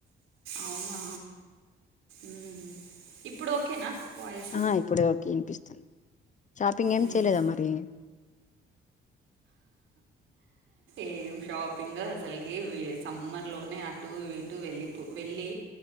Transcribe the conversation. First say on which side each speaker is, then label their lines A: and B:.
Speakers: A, on the right; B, on the left.
A: అవునా మ్మ్ ఇప్పుడు ఓకేనా వాయిస్
B: ఆ ఇప్పుడే ఓకే వినిపిస్తుంది షాపింగ్ ఏం
A: మ్మ్.
B: చేయలేదా మరి
A: ఏం షాపింగ్ అసలుకి సమ్మర్ వే లోనే అటు ఇట్ టు వెళ్ళిపో వెళ్ళి